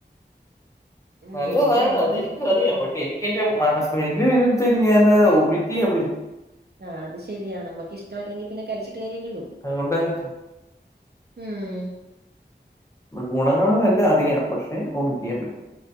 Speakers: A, on the right (about 60°); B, on the left (about 15°).
A: ഉം
B: നല്ലതാണ്
A: മീനും എല്ലാം
B: അത എനിക്ക്
A: നമ്മള്
B: അറിയാം
A: ഉം
B: ബട്ട്‌ എനിക്കതിന്റെ സ്മെല്ല് വരത്തേന് ഞാൻ ഒമിറ്റ് ചെയ്യാൻ വരും
A: ആ അത് ശരിയാ നമുക്ക് ഇഷ്ടമല്ലെങ്കിൽ പിന്നെ കഴിച്ചിട്ട് കാര്യല്ലല്ലോ
B: അത് <unintelligible>
A: ഉം
B: ഗുണങ്ങള എല്ലാം അറിയാം പക്ഷെ ഒമിറ്റ് ചെയ്യാൻ വരും